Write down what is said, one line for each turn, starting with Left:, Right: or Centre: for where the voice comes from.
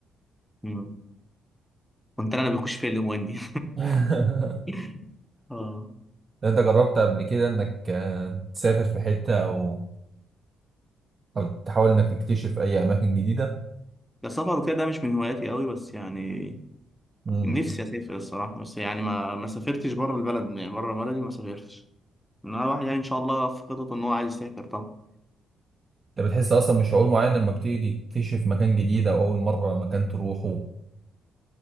Centre: مم. كنت انا اللي بخش في الاجوان دي
Right: <laughs>
Centre: <laughs> اه
Right: انت جربت قبل كده انك آه، تسافر في حته او او تحاول انك تكتشف اي اماكن جديده
Centre: ده السفر وكده ده مش من هواياتي قوي بس يعني
Right: مم.
Centre: نفسي اسافر الصراحة بس يعني ما ما سافرتش بره البلد يعني بره بلدي ما سافرتش ان انا واحد يعني ان شاء الله في خطط ان هو عايز يسافر طبعا
Right: انت بتحس اصلا بشعور معين لما بتيجي تكتشف مكان جديد او اول مره مكان تروحه